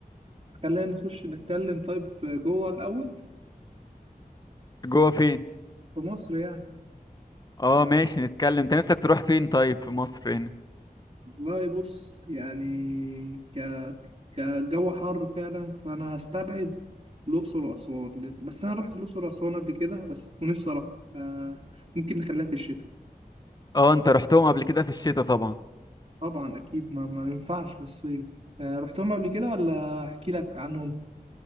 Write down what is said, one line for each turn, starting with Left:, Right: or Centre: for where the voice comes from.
Right: خلينا نخش نتكلم طيب جوه الاول
Left: جوه فين؟
Right: في مصر يعني
Left: اه ماشي نتكلم انت نفسك تروح فين طيب في مصر هنا؟
Right: والله بص يعني ك كجو حر فعلا فانا هستبعد الاقصر واسوان بس انا رحت الاقصر واسوان قبل كده بس ونفسي اروح ف- ممكن نخليها في الشتاء
Left: اه انت رحتهم قبل كده في الشتاء طبعا
Right: طبعا اكيد ما, ما ينفعش في الصيف ف- رحتهم قبل كده ولا احكي لك عنهم